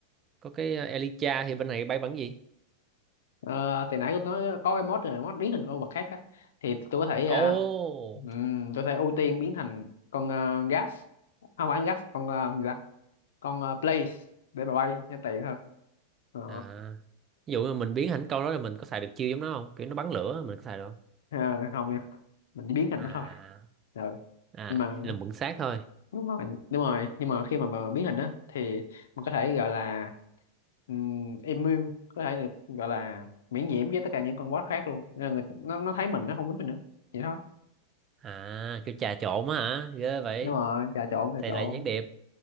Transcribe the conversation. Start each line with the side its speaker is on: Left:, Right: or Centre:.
Right: có cái Elytra thì bên này bay bắn gì?
Left: Ờ, thì nãy tôi nói có cái mod rồi mod biến thành con vật khác á thì tôi có thể à,
Right: Ồ.
Left: ừm, tôi sẽ ưu tiên biến thành con uh, gas không phải gas con ờ, gì ta con uh, blaze để mà bay cho tiện hơn Ờ,
Right: À. Ví dụ như mình biến thành câu đó là mình có xài được chiêu giống nó không? Kiểu nó bắn lửa mình có xài được không?
Left: à, không nha mình chỉ biến thành
Right: À.
Left: nó thôi Ờ,
Right: À,
Left: nhưng mà
Right: là mượn xác thôi.
Left: đúng rồi đúng rồi nhưng mà khi mà, mà biến hình á thì mình có thể gọi là um, immune có thể được gọi là miễn nhiễm với tất cả những con boss khác luôn nên là người, nó nó thấy mình nó không quýnh mình nữa vậy thôi
Right: À, kiểu trà trộn á hả? Ghê vậy.
Left: đúng rồi trà trộn trà
Right: Thầy
Left: trộn
Right: là gián điệp.